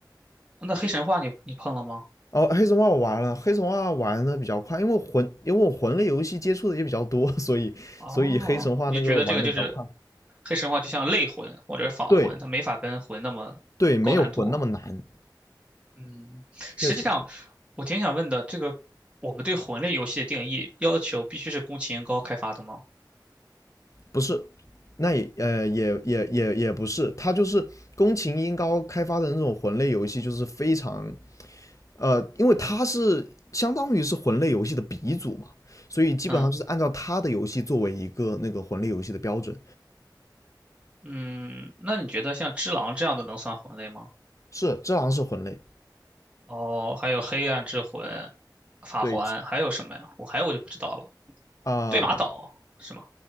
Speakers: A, on the right (about 15°); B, on the left (about 45°).
A: 那黑神话你你碰了吗？
B: 儿哦，黑神话我玩了，黑神话玩的比较快，因为魂，因为我魂类游戏接触的也比较多，<laughs> 所以所以黑神话那个玩的比较快。
A: 哦，你觉得这个就是黑神话就像类魂或者是仿魂，
B: 对
A: 它没法跟魂那么高难度啊。
B: 对，没有魂那么难，
A: 嗯，实际上我挺想问的，
B: 确实是。
A: 这个我们对魂类游戏的定义要求必须是宫崎英高开发的吗？
B: 不是，那也呃也也也也不是，他就是宫崎英高开发的那种魂类游戏，就是非常呃，因为他是相当于是魂类游戏的鼻祖嘛，所以基本上就是按照他的游戏作为一个那个魂类游戏的标准。
A: 嗯嗯，那你觉得像《只狼》这样的能算魂类吗？
B: 是，《只狼》是魂类，
A: 哦，还有黑暗之魂、法环，
B: 对
A: 还有什么呀？我还有我就不知道了。
B: 啊、
A: 对马岛是吗？